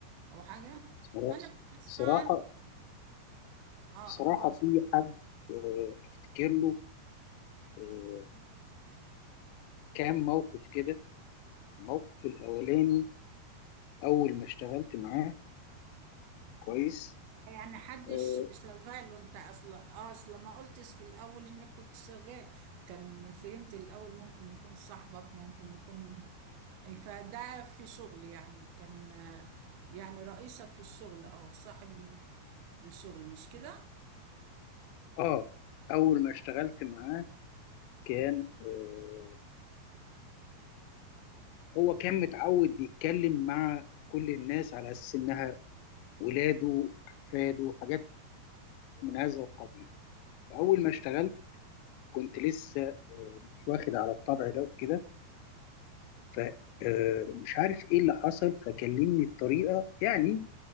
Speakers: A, on the right; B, on the left.
A: او حاجه
B: صراحة
A: انا بالنسبه
B: صراحة
A: عن اه
B: صراحة
A: اتفضل
B: في حد آه، أفتكر له آه، كام موقف كده الموقف الأولاني أول ما اشتغلت معاه كويس
A: يعني حدش
B: آه
A: شغال وانت اصلا اصلا ما قلتش في الاول انك كنت شغال كان فهمت الاول ممكن يكون صاحبك ممكن يكون فده في شغل يعني كان آه، يعني رئيسك في الشغل او صاحب ال- الشغل مش كده
B: آه، أول ما اشتغلت معاه كان آه، هو كان متعود بيتكلم مع كل الناس على أساس إنها ولاده أحفاده حاجات من هذا القبيل أول ما اشتغلت كنت لسه آه، مش واخد على الطبع ده وكده فمش عارف ايه اللي حصل فكلمني بطريقه يعني